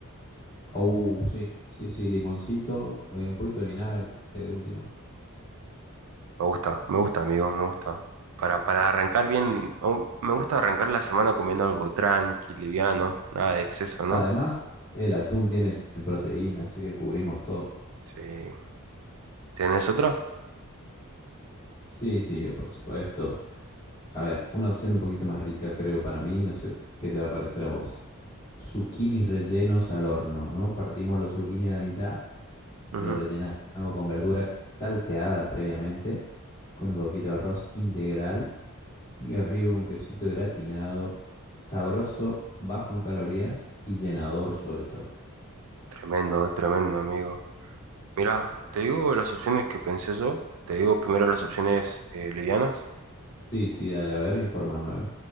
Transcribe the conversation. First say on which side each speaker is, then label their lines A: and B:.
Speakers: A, on the left; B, on the right.
A: Uh, sí, sí, sí, limoncito, eh, un poquito de vinagre de última.
B: Me gusta, me gusta, amigo, me gusta. Para, para arrancar bien, o- me gusta arrancar la semana comiendo algo tranqui, liviano, nada de exceso, ¿no?
A: Además, el atún tiene proteína, así que cubrimos todo.
B: Sí. ¿Tenés otra?
A: Sí, sí, por supuesto. A ver, una opción un poquito más rica, creo, para mí. No sé qué te va a parecer a vos. Zucchinis rellenos al horno, ¿no? Partimos los zucchini a la mitad,
B: Ujú.
A: lo rellenamos con verdura salteada previamente, con un poquito de arroz integral y arriba un quesito gratinado, sabroso, bajo en calorías y llenador sobre todo.
B: Tremendo, eh, tremendo, amigo. Mirá, te digo las opciones que pensé yo. Te digo primero las opciones eh, livianas.
A: Sí, sí, dale, a ver, infórmame. a ver.